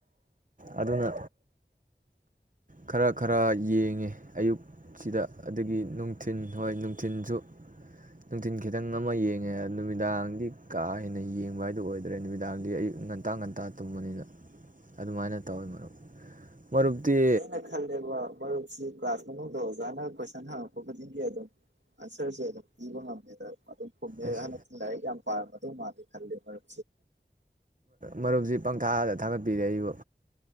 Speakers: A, on the right (about 45°); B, on the right (about 80°).
A: ꯑꯗꯨꯅ ꯈꯔ ꯈꯔ ꯌꯦꯡꯉꯦ ꯑꯌꯨꯛꯁꯤꯗ ꯑꯗꯒꯤ ꯅꯨꯡꯊꯤꯟ ꯍꯣꯏ ꯅꯨꯡꯊꯤꯟꯁꯨ ꯅꯨꯡꯊꯤꯟ ꯈꯤꯇꯪ ꯑꯃ ꯌꯦꯡꯉꯦ ꯅꯨꯃꯤꯗꯥꯡꯗꯤ ꯀꯥ ꯍꯦꯟꯅ ꯌꯦꯡꯕ ꯍꯥꯏꯗꯨ ꯑꯣꯏꯗ꯭ꯔꯦ ꯅꯨꯃꯤꯗꯥꯡꯗꯤ ꯑꯌꯨꯛ ꯉꯟꯇꯥ ꯉꯟꯇꯥ ꯇꯨꯝꯕꯅꯤꯅ ꯑꯗꯨꯃꯥꯏꯅ ꯇꯧꯋꯦ ꯃꯔꯨꯞ ꯃꯔꯨꯞꯇꯤ
B: ꯑꯦ ꯑꯩꯅ ꯈꯜꯂꯦꯕ ꯃꯔꯨꯞꯁꯤ ꯀ꯭ꯂꯥꯁ ꯃꯅꯨꯡꯗ ꯑꯣꯖꯥꯅ ꯀꯣꯏꯁꯟ ꯍꯪꯉꯛꯞ ꯄ ꯈꯨꯗꯤꯡꯒꯤ ꯑꯗꯨꯝ ꯑꯟꯁꯔꯁꯦ ꯑꯗꯨꯝ ꯏꯕ ꯉꯝꯃꯦꯅ ꯑꯗꯨꯝ ꯈꯨꯝꯃꯦ
A: ꯑꯁ
B: ꯍꯟꯗꯛꯇꯤ ꯂꯥꯏꯔꯤꯛ ꯌꯥꯝ ꯄꯝꯔꯝꯃꯗꯧ ꯃꯥꯜꯂꯤ ꯈꯜꯂꯦ ꯃꯔꯨꯞ
A: ꯃꯔꯨꯞꯁꯤ ꯄꯪꯊꯥꯗ ꯊꯥꯒꯠ ꯄꯤꯔꯦ ꯑꯩꯕꯨ